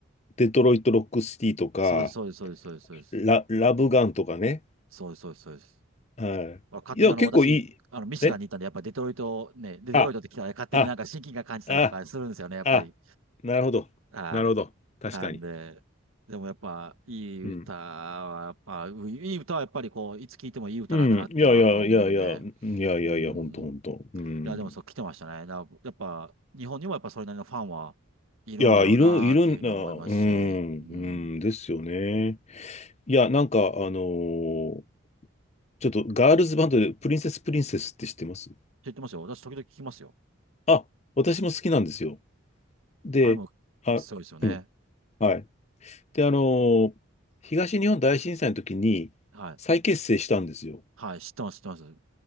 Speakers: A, on the left; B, on the right.
A: デトロイト・ロックシティとか、
B: そうです、そうです、そうです、そうです、そうです。
A: ラ、ラブガンとかね。
B: そうです、そうです、そうです。
A: はい。
B: まあ勝手に、
A: いや、
B: あの、
A: 結構いい。
B: 私、あの、ミシガンに行ったんで、
A: え
B: やっぱ、デトロイト、ね、でデトロイトって来たら、
A: あ、
B: 勝手になんか親近感感じたりとかするんですよね、
A: あ、あ、
B: やっぱり。
A: あ、なるほど。
B: は
A: なるほど。確かに。
B: い。なんで、でもやっぱいい歌は、
A: うん
B: やっぱ、ういい歌はやっぱりこう、いつ聴いてもいい歌なんだなっていうのはやっぱ思うんで、
A: うん。いやいやいやいや、うんいやいやいやいやいやいやいやほんとほんと。
B: うん。い
A: うん。
B: や、でもそう来てましたね。な、やっぱ、日本にもやっぱそれなりのファンはいるんだろうなっていうふうに思いますし、
A: いや、いる、いるんだ。うん、
B: うん。
A: うん、
B: って
A: ですよね。いや、なんか、あのーちょっとガールズバンドでプリンセスプリンセスって知ってます
B: 言ってますよ。私、時々聞きますよ。
A: あ、私も好きなんですよ。で、
B: あれも、
A: あ、
B: そうですよね。
A: うん、はい。で、あのー東日本大震災の時に再結成したんですよ。
B: はい。はい、知ってます、知ってます。